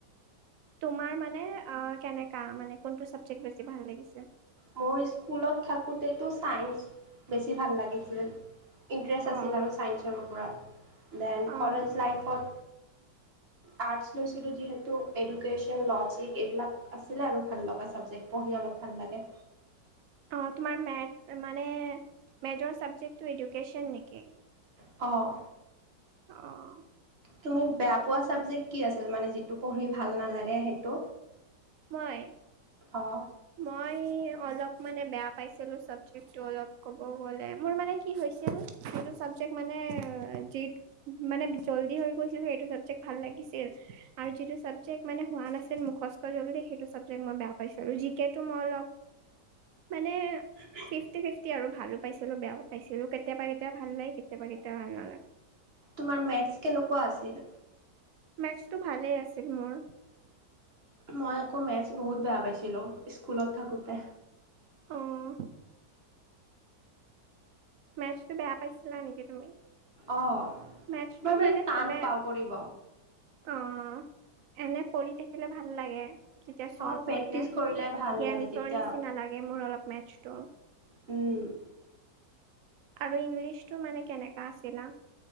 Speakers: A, on the right; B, on the right.
A: তোমাৰ মানে অ কেনেকা মানে কোনটো চাবজেক্ট বেছি ভাল লাগিছে?
B: মোৰ স্কুলত থাকোঁতেতো ছাইন্ঞ্চ বেছি ভাল লাগিছিল। ইণ্টাৰেষ্ট
A: অ'
B: আছিল আৰু ছাইন্ঞ্চৰ ওপৰত। দেন
A: অ'
B: কলেজ লাইফত। আৰ্টছ লৈছিলোঁ যিহেতু এডুকেশ্যন লজিক এইবিলাক আছিলে আৰু ভাল লগা ছাবজেক্ট। পঢ়ি অলপ ভাল লাগে
A: অ তোমাৰ মে মানে মেজৰ চাবজেকটো এডুকেশ্বন নেকি?
B: অঁ
A: অ
B: তুমি বেয়া পোৱা চাবজেক্ট কি আছিল মানে যিটো পঢ়ি ভাল নালাগে সেইটো?
A: মই
B: অ'
A: মই অলপ মানে বেয়া পাইছিলো চাবজেক্টো অলপ ক'ব গলে মোৰ মানে কি হৈছিল যিটো চাবজেক্ট মানে জি মানে জল্দি হৈ গৈছিল সেইটো চাবজেক্ট ভাল লাগিছিল। আৰু যিটো চাবজেক্ট মানে হোৱা নাছিল মোখ দি সেইটো চাবজেক্ট মই বেয়া পাইছো আৰু জি কে টো মই অলপ মানে
B: উ <unintelligible>
A: ফিফটি ফিফটি আৰু ভালো পাইছিলোঁ বেয়া পাইছিলোঁ, কেতিয়াবা কেতিয়াবা ভাল লাগে কেতিয়াবা কেতিয়াবা ভাল নালাগে
B: তোমাৰ মেথছ কেনেকুৱা আছিল?
A: মেথছটো ভালেই আছিল মোৰ
B: মই আকৌ মেথছ বহুত বেয়া পাইছিলোঁ স্কুলত থাকোঁতে।
A: অঁ মেচটো বেয়া পাইছিলা নেকি তুমি?
B: অ
A: মেটচটো
B: মই মানে টান
A: চবে
B: পাওঁ কৰিব।
A: অ এনে কৰি থাকিলে ভাল লাগে। যেতিয়া চল্ভ
B: অ', প্ৰেক্টিচ
A: হৈ যায়
B: কৰিলে ভাল
A: গেমছৰ
B: লাগে তেতিয়া
A: নিচিনা লাগে মোৰ অলপ মেথছটো।
B: উম
A: আৰু ইংলিছ টো মানে কেনেকা আছিলা